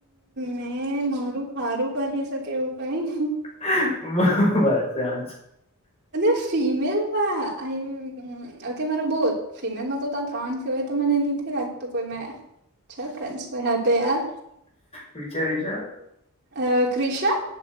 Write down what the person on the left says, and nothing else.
<inaudible>
વિચાર વિચાર.